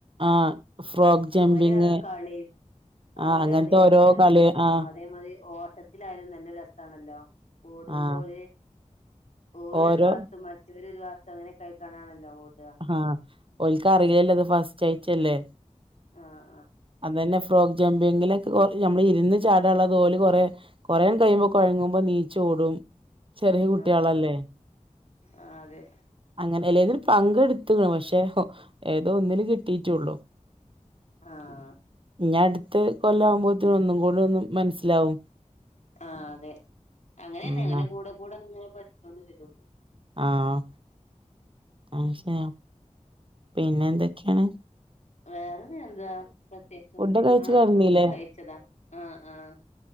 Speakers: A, on the right; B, on the left.
A: ആഹ് ഫ്രോക്ക് ജമ്പിങ്
B: അവരെ ആ കളീം അവരറിയാത്ത
A: ആഹ് അങ്ങനത്തെ ഓരോ
B: <unintelligible>
A: കളി ആഹ്
B: മതി ഓട്ടത്തിലായാലും നല്ല രസാണല്ലോ ഓടുമ്പോ
A: ആഹ്
B: ഒര് ഓലോര്
A: ഓരോ
B: വാത്തും മറ്റവര് ഒര് വാത്തും അങ്ങനെ ക്കയ്ക്കാണ്ടാണല്ലോ ഓടാ
A: ആഹ് ഓൽക്ക് അറിലല്ലോ ത് ഫസ്റ്റായ്ട്ടെല്ലേ
B: ആഹ്
A: അതെന്നെ ഫ്രോക്ക് ജമ്പിങ്ങിലൊക്കെ ഓല് നമ്മള് ഇര്ന്ന് ചാടാള്ളത് ഓല് കൊറെ കൊറേൻ കഴിയുമ്പോ കൊഴങ്ങുമ്പോ നീച് ഓടും ചെറിയ കുട്ടിയാളല്ലേ
B: ആഹ് ആഹ് ആഹ് ആഹ് അതെ
A: അങ്ങനെല്ലേ ഏതൊരു പ ത് ട്ത്ത്‌ക്ണ് പക്ഷെ ഏതോ ഒന്നില് കിട്ടിട്ടോള്ളൂ
B: ആഹ്
A: ഞ ട്ത്ത് കൊല്ലാകുമ്പോത്ത്‌ന് ഒന്നും കൂടോന്ന് മനസ്സിലാവും
B: ആഹ് അതെ അങ്ങനെന്നെ
A: ഉം
B: അങ്ങനെ കൂടെ കൂടെ ങ്ങനെ പഠിച്ചൊണ്ട് വെരൊള്ളൂ
A: ആഹ് അഹ് ശെരി പിന്നെന്തൊക്കെയാണ്
B: വേറെനി എന്താ പ്രത്യേകിച്ചൊന്നുംല്ല
A: ഫുഡ് കഴിച്ച്
B: ആഹ്
A: കിടന്നീല്ലേ
B: ഫുഡ് കഴിച്ചതാ ആഹ് ആഹ്